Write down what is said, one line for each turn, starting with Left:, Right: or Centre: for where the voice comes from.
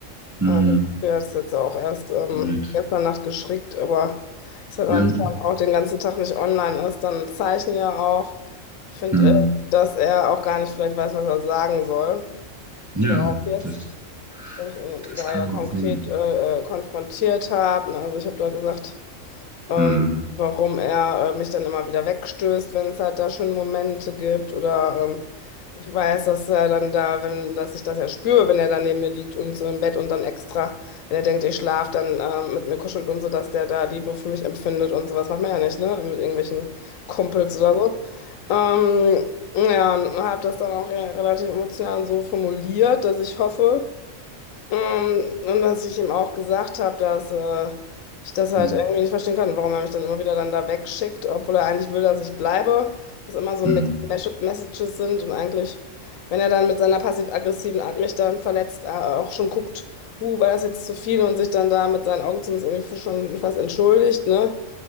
Right: Mhm.
Left: Also, der ist jetzt auch erst ähm,
Right: Right.
Left: gestern Nacht geschickt, aber ist er dann
Right: Ja.
Left: schon auch den ganzen Tag nicht online ist, dann ein Zeichen ja auch. Ich finde,
Right: Mhm.
Left: dass er auch gar nicht vielleicht weiß, was er sagen soll.
Right: Ja,
Left: Darauf jetzt.
Right: das,
Left: wo ich ihn
Right: das
Left: da
Right: kann
Left: ja konkret
Right: gut sein.
Left: äh, äh, konfrontiert habe. Ne? Also ich habe da gesagt, ähm,
Right: Mhm.
Left: warum er äh, mich dann immer wieder wegstößt, wenn es halt da schon Momente gibt oder ähm, ich weiß, dass er dann da, wenn, dass ich das ja spüre, wenn er da neben mir liegt und so im Bett und dann extra, wenn er denkt, ich schlafe, dann ähm, mit mir kuschelt und so, dass der da Liebe für mich empfindet und sowas macht man ja nicht, ne? Mit irgendwelchen Kumpels oder so. Ähm, ja, und habe das dann auch ja relativ emotional so formuliert, dass ich hoffe, ähm, und dass ich ihm auch gesagt habe, dass äh, ich das halt
Right: Mhm.
Left: irgendwie nicht verstehen kann, warum er mich dann immer wieder dann da wegschickt, obwohl er eigentlich will, dass ich bleibe. Dass immer so
Right: Mhm.
Left: Mixed Mes- Messages sind und eigentlich, wenn er dann mit seiner passiv-aggressiven Art mich dann verletzt, äh, auch schon guckt, huh, war das jetzt zu viel und sich dann da mit seinen Augen zumindest irgendwie schon fast entschuldigt, ne?